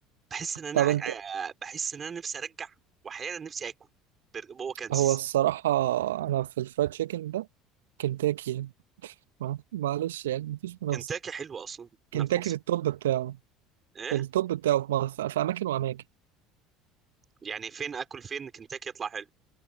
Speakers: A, on the right; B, on the right.
A: بحس ان انا
B: طب
A: ع-
B: انت
A: بحس ان انا نفسي ارجع واحيانا نفسي اكل برجر- هو كانسس
B: هو الصراحه انا في الفرايد تشيكن ده كنتاكي يعني ما- معلش يعني مفيش منافسه
A: كنتاكي حلوه اصلا هنا
B: كنتاكي
A: في مصر
B: في التوب بتاعه
A: ايه
B: في التوب بتاعه في, مصر، في اماكن واماكن
A: يعني فين اكل فين كنتاكي يطلع حلو